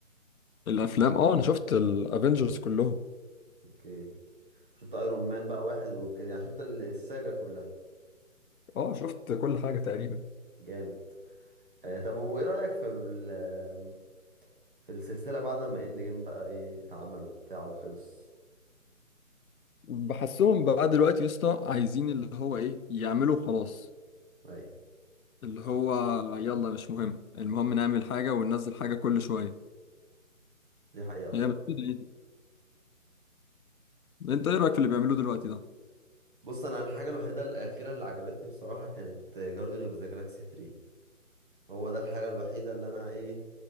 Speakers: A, on the left (about 85°); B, on the right (about 40°).
A: الافلام اه انا شفت الافينجرز كلهم
B: اوكي شفت ايرون مان بقى واحد وكده يعني شفت الساجا كلها
A: اه شفت كل حاجه تقريبا
B: جامد آه طب وايه رأيك في ال- في السلسلة بعد ما اند جيم بقى ايه اتعمل وبتاع وخلص
A: بحسهم بقى دلوقتي يا اسطى عايزين اللي هو ايه يعملوا خلاص
B: ايوه
A: اللي
B: فعلا.
A: هو يلا مش مهم المهم نعمل حاجة وننزل حاجة كل شوية
B: دي حقيقة بصراحة
A: هي مش كده يعني انت ايه رأيك في اللي بيعملوه دلوقتي ده
B: بص انا الحاجة الوحيدة الأخيرة اللي عجبتني بصراحة كانت جاردن اوف ذا جالاكسي 3 هو ده الحاجة الوحيدة اللي انا ايه